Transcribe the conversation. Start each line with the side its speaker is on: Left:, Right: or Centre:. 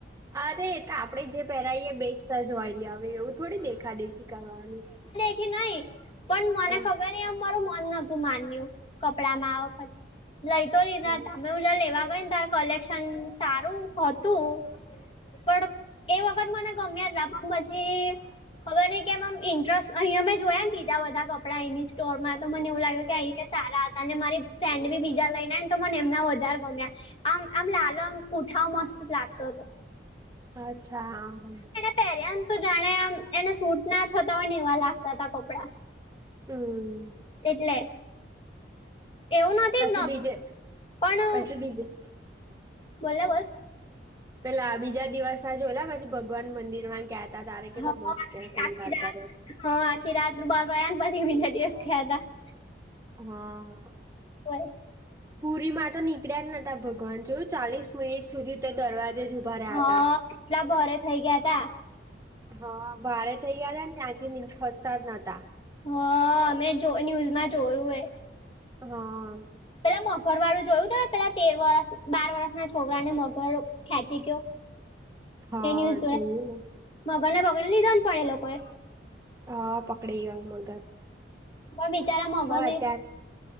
Right: અરે એ તો આપડે જે પહેરાઈએ બેસ્ટ જ હોય હવે એવું થોડી દેખા દેખી કરવાનું
Left: નહી પણ
Right: હા,
Left: મને ખબર એમ મારું મન નહોતું માન્યું કપડામાં આ વખત લઈ તો લીધા
Right: હા.
Left: તમે હું લેવા ગઈને ત્યારે કલેક્શન સરું હતું. પણ એ વખત મને ગમ્યા ના પણ પછી ખબર નહીં કેમ આમ ઇન્ટરેસ્ટ અહીંયા અમે જોયા બીજા બધા કપડા એની સ્ટોરમાં તો મને એવું લાગે. અહીયા સારા હતા અને મારી ફ્રેન્ડ બી બીજા લઈનેને તો મને એમના વધારે ગમ્યા. આમ આમ માલ આમ ઉઠાવ મસ્ત જ લાગતો હતો.
Right: અચ્છા હા હા.
Left: પહેરે તો જાણે આમ એને સૂટ ના થતા હોય વા લાગતા ત કપડાં
Right: હમ.
Left: કેટલે? એવું નથી
Right: પછી બીજે
Left: પણ-
Right: પછી બીજે
Left: બોલો બોલ
Right: પેલા બીજા દિવસ જોએલા પછી ભગવાન મંદિર માં ગ્યાત ્યા તારે કેલો
Left: હા
Right: મસ્ત ક્યાંસણ
Left: આખી
Right: કાર
Left: રાત
Right: કરત <unintelligible> <inaudible>
Left: હા આખી રાત બાર પછી બીજા દિવસ ખ્યાતા <unintelligible> <inaudible>
Right: હા
Left: કોઈ
Right: પુરી માં તો નીકળ્યા નતા ભગવાન જો ચાલીસ મિનિટ સુધી તે દરવાજે જ ઉભા રહ્યા
Left: હા
Right: હતા
Left: કેટલા ભારે થઈ ગયા તા
Right: હા ભાડે થઇ ગયાયા ને ત્યાંથી ખસતા જ નતા
Left: હ મેં જો ન્યૂઝમાં જોયું મે
Right: હા
Left: પેલા મગર વાળું જોયું તો પેલા તેર વરષ બાર વરષના છોકરા ને મગર ખેંચી ગયો
Right: હા
Left: એ ન્યુઝ જોયા
Right: જોયું
Left: મગર ને પગડી લીધો ન પણ એ લોકો એ
Right: હા પકડે ગયા મગર
Left: પણ બિચારા મગર
Right: હવે અત્યારે
Left: ન શું